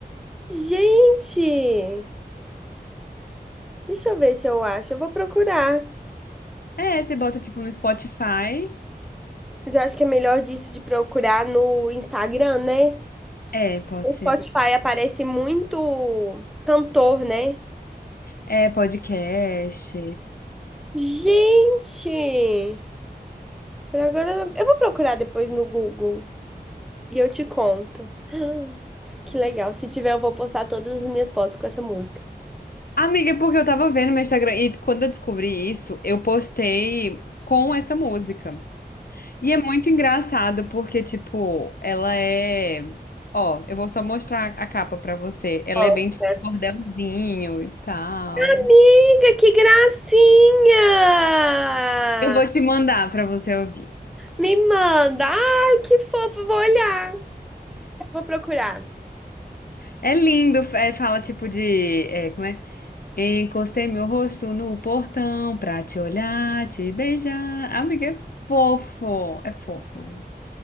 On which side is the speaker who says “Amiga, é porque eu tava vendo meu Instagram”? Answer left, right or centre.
Left